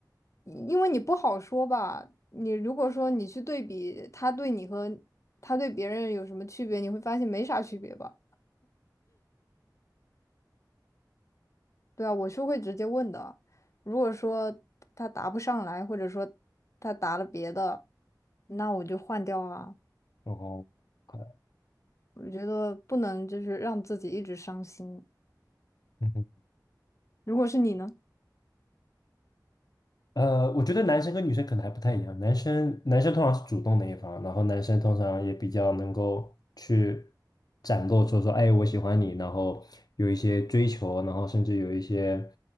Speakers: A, on the left; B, on the left.
A: 因为你不好说吧，你如果说你去对比他对你和他对别人有什么区别，你会发现没啥区别吧？对啊，我是会直接问的。如果说他答不上来，或者说他答了别的，那我就换掉啊。
B: 哦，快，
A: 我觉得不能就是让自己一直伤心。
B: 嗯哼，
A: 如果是你呢？
B: 呃，我觉得男生跟女生可能还不太一样，男生男生通常是主动的一方，然后男生通常也比较能够去展露出说，哎，我喜欢你，然后有一些追求，然后甚至有一些